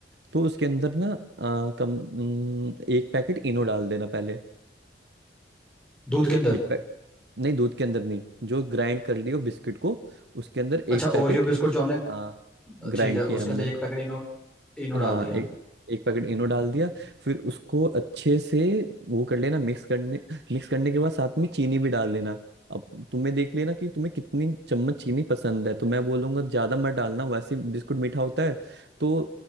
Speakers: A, on the right; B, in the centre.
A: तो उसके अंदर ना आ, कम न, एक पैकेट इनो डाल देना पहले
B: दूध के अंदर
A: एक पैक नहीं दूध के अंदर नहीं जो ग्राइंड कर लियो बिस्किट को उसके अंदर एक
B: अच्छा
A: पैकेट
B: ओरियो बिस्कुट जो हमने
A: हाँ ग्राइंड
B: ठीक है
A: किया
B: उसके
A: हमने
B: अंदर एक पैकेट इनो इनो
A: हाँ
B: डाल दिया
A: एक एक पैकेट इनो डाल दिया फिर उसको अच्छे से वो कर लेना मिक्स करने मिक्स करने के बाद साथ में चीनी भी डाल लेना अब तुम्हें देख लेना कि तुम्हें कितनी चम्मच चीनी पसंद है तो मैं बोलूंगा ज्यादा मत डालना वैसे बिस्कुट मीठा होता है तो